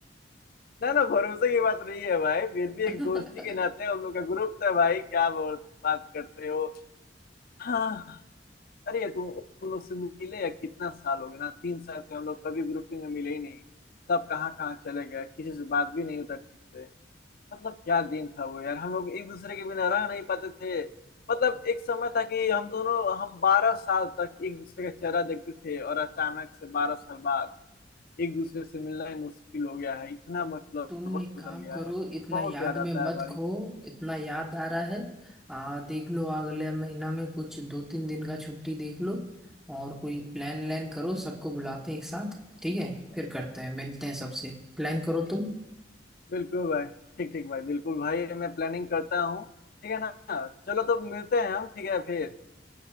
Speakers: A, on the left; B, in the centre.
A: ना ना भरोसे की बात नहीं है भाई फिर भी
B: <laughs>
A: एक दोस्ती के नाते हम लोग का ग्रुप था भाई क्या बोल बात करते हो हाँ अरे तुम उन लोग से मिले या कितना साल हो गया ना तीन साल से हम लोग कभी ग्रुपिंग में मिले ही नहीं सब कहाँ कहाँ चले गए किसी से बात भी नहीं होता ठीक से मतलब क्या दिन था वो यार हम लोग एक दूसरे के बिना रह नहीं पाते थे मतलब एक समय था कि हम दोनों हम बारह साल तक एक दूसरे का चेहरा देखते थे और अचानक से बारह साल बाद एक दूसरे से मिलना ही मुश्किल हो गया है इतना मतलब
B: तुम
A: वक्त
B: एक
A: बदल
B: काम
A: गया
B: करो
A: है
B: इतना
A: बहुत
B: याद
A: याद आता
B: में मत
A: है भाई
B: खो इतना याद आ रहा है आ देख लो अगले महीना में कुछ दो तीन दिन का छुट्टी देख लो और कोई प्लान व्लान करो सबको बुलाते हैं एक साथ ठीक है फिर करते हैं मिलते हैं सबसे प्लान करो तुम
A: बिल्कुल भाई ठीक ठीक भाई बिल्कुल भाई मैं प्लानिंग करता हूँ ठीक है ना चलो तो मिलते हैं हम ठीक है फिर